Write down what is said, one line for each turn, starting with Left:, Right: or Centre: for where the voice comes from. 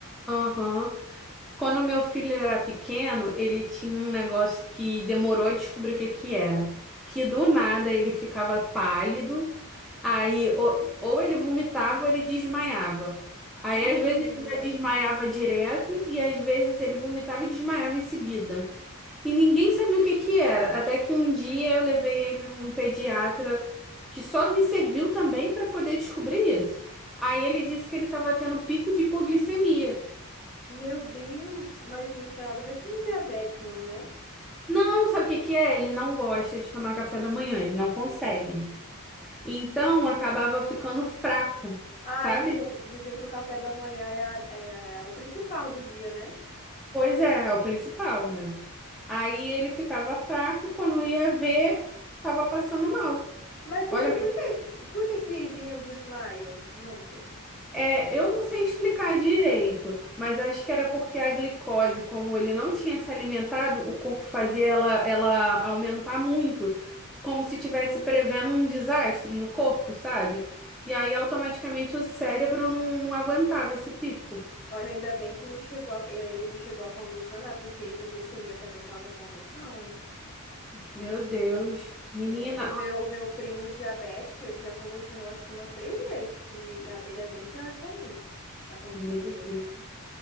Centre: Aham. Quando meu filho era pequeno, ele tinha um negócio que demorou a descobrir o que que era. Que do nada ele ficava pálido, aí ou, ou ele vomitava ou ele desmaiava. Aí
Left: Ai,
Centre: às vezes
Left: menina,
Centre: ele já desmaiava direto e às vezes ele vomitava e desmaiava em seguida. E ninguém sabia o que que era. Até que um dia eu levei ele num pediatra que só me serviu também para poder descobrir isso. Aí ele disse que ele estava tendo pico de hipoglicemia.
Left: meu Deus, mas não tinha nada a ver com diabetes, não, né?
Centre: Não, sabe o que que é? Ele não gosta de tomar café da manhã, ele não consegue. Então acabava ficando fraco,
Left: Ai,
Centre: sabe?
Left: dizem, dizem que o café da manhã é, a- é o principal do dia, né?
Centre: Pois é, é o principal, né? Aí ele ficava fraco, quando ia ver, tava passando mal.
Left: Mas
Centre: Olha,
Left: assim, por que, por que que vinha o desmaio junto?
Centre: É, eu não sei explicar direito, mas acho que era porque a glicose, como ele não tinha se alimentado, o corpo fazia ela, ela aumentar muito, como se tivesse prevendo um desastre no corpo, sabe? E aí automaticamente o cérebro não, não aguentava esse pico.
Left: Olha, ainda bem que não chegou a- eh, ele não chegou a convulsionar, porque a hipoglicemia também causa convulsão, hein?
Centre: Meu Deus, menina,
Left: É, O meu, o meu primo diabético, ele já convulsionou acho que umas três vezes, e a dele é bem pior do que a minha, a convulsão
Centre: meu
Left: dele.
Centre: Deus.